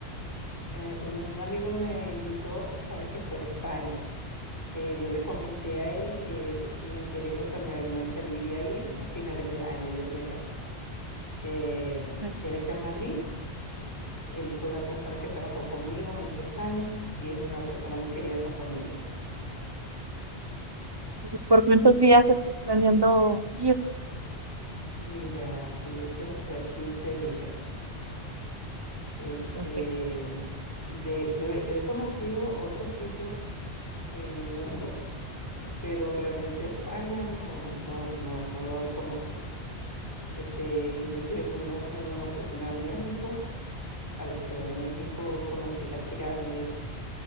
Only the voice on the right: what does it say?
Sí.
¿Y por cuántos días estás planeando ir?
Ok.